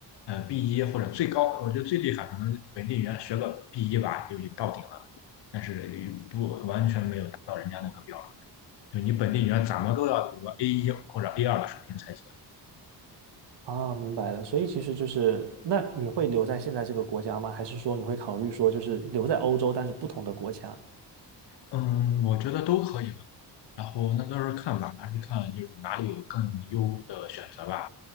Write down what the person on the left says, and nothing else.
呃，B 一或者最高，我觉得最厉害可能本地语言学个 B 一吧，就已经到顶了，但是也不完全没有达到人家那个标准，就你本地语言怎么都要有个 A 一或者 A 二的水平才行。
嗯，我觉得都可以吧，然后那到时候看吧，还是看就是哪里有更优的选择吧。